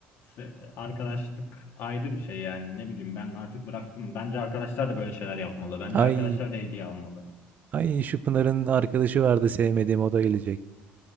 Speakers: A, on the left; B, on the right.
A: se- arkadaşlık ayrı bir şey yani ne bileyim ben artık bıraktım. Bence arkadaşlar da böyle şeyler yapmalı. Bence
B: Ay.
A: arkadaşlar da hediye almalı.
B: Ay şu Pınar'ın arkadaşı vardı sevmediğim o da gelecek.